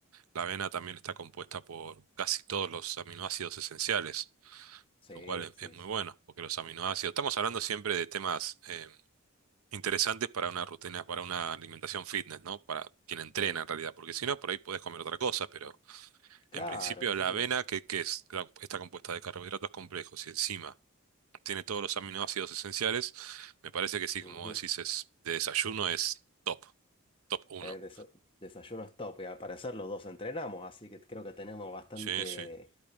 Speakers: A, on the right; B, on the left.
A: la avena también está compuesta por casi todos los aminoácidos esenciales,
B: Sí,
A: lo cual es,
B: sí,
A: es muy
B: sí.
A: bueno, porque los aminoácidos, estamos hablando siempre de temas eh, interesantes para una rutina, para una alimentación fitness, ¿no? Para quien entrena
B: sí.
A: en realidad, porque si no, por ahí puedes comer otra cosa, pero
B: Claro,
A: en principio
B: sí.
A: la avena, que, que es, claro, está compuesta de carbohidratos complejos y encima tiene todos los aminoácidos esenciales, me parece que sí,
B: Ujú.
A: como vos decís, es, de desayuno es top, top uno.
B: Eh, desa- desayuno es top. Y al parecer los dos entrenamos, así que creo que tenemos bastante,
A: Sí, sí.